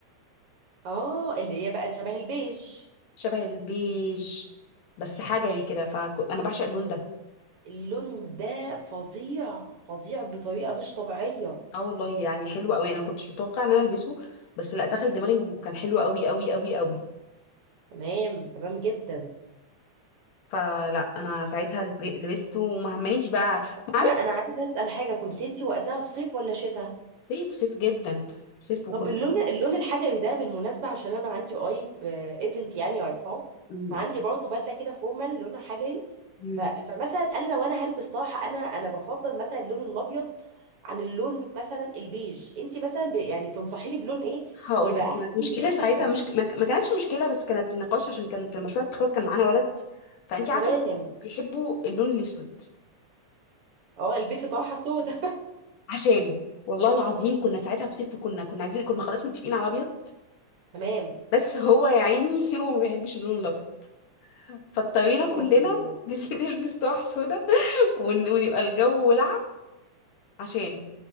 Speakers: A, on the right (about 55°); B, on the left (about 85°).
A: اه اللي هي بقى شبه البيج
B: شبه البيج بس حجري كده فانا بعشق اللون ده
A: اللون ده فظيع فظيع بطريقة مش طبيعية
B: اه والله يعني حلو قوي انا كنتش متوقعه ان انا البسه بس لا دخل دماغي وكان حلو قوي قوي قوي قوي
A: تمام تمام جدا
B: فلا انا ساعتها الب- لبسته وما همنيش بقى ما
A: لا
B: عارف
A: انا عايزة اسأل حاجة كنت انت وقتها في صيف ولا شتاء
B: صيف صيف جدا صيف وكنا
A: طب اللون اللون الحجري ده بالمناسبة عشان انا عندي قريب ايفنت يعني رايحاه
B: مم.
A: عندي برضه بدلة كده فورمال لونها حجري
B: مم.
A: ف... فمثلا انا لو انا هلبس طرحة انا انا بفضل مثلا اللون الابيض عن اللون مثلا البيج انت مثلا ب... يعني تنصحيني بلون ايه
B: هقول
A: يبقى
B: لك
A: احسن
B: كانت مشكله
A: من حيث
B: ساعتها
A: الشكل
B: مش ما ما كانتش مشكله بس كانت نقاش عشان كان في مشروع التخرج كان معانا ولد فانت عارفه
A: تمام
B: الولاد بيحبوا اللون الاسود
A: اه البسي طرحه سودا
B: عشانه والله العظيم كنا ساعتها في صيف وكنا كنا عايزين كنا خلاص متفقين على ابيض
A: <laughs> تمام
B: بس هو يا عيني <laughs> هو ما بيحبش اللون الابيض فاضطرينا
A: اوه
B: كلنا <laughs> نلبس طرح سودا ون... ونبقى الجو ولعة عشانه